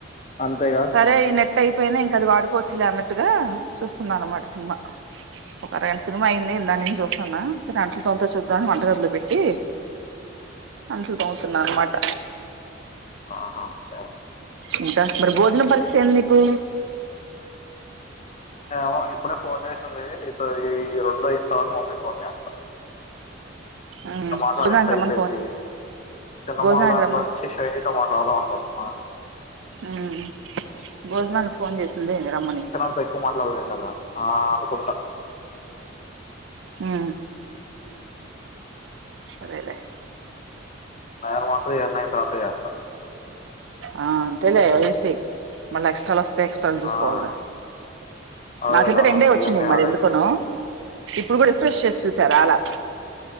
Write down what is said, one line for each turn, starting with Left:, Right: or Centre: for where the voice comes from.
Left: అంతేగా
Right: సరే ఈ నెట్ అయిపోయినా ఇంక అది వాడుకోవచ్చులే అన్నట్టుగా చూస్తుంన అనమాట సినిమా ఒక అరగంట సినిమా అయింది దానిని చూసాన్న అంటలు తొంత చూద్దాని వంటగదిలో పెట్టి అంటలు త రుణ నామాట
Left: ఆహా ఓకే
Right: ఇంకా మరి భోజనం పరిస్థితి అంది మీకు
Left: మ ఇప్పుడే ఫోన్ చేసింది నీతో ఈ రెండు అయిన తర్వాత మమ్మీ ఫోన్ చేస్తాను
Right: ఉమ్
Left: టమాట
Right: భోజనానికి
Left: ఎటయి
Right: రమ్మని
Left: పెది
Right: ఫోన్
Left: సినిమాలు
Right: భోజనానికి
Left: దాంట్లో
Right: రమ్మని
Left: నుంచి షైనితో మాట్లాడదాం అనుకుంటున్నాను
Right: ఉమ్ భోజనానికి ఫోన్ చేసింది రమ్మని
Left: చరంతా ఎక్కువ మాట్లాడలేం కదా ఆ అకు
Right: ఉ సరేలే <inaudible>
Left: నయరు మాత్రం ఎన్నైని తర్వాత చేస్తా
Right: ఆ అంతలే వసి మళ్ళ ఎక్స్ాలస్త టక్స్టల్ చూసుకోవాలిగా
Left: ఆ అదే
Right: నాకి ఇద్ద
Left: కదా
Right: రెండే వచ్చినయి
Left: ఇవన్నీ యాడ్
Right: మరి ఎందుకన
Left: అయితాయి
Right: ఇప్పుడు కూడా రిఫ్రెష్ చేసి చూసారు రాలే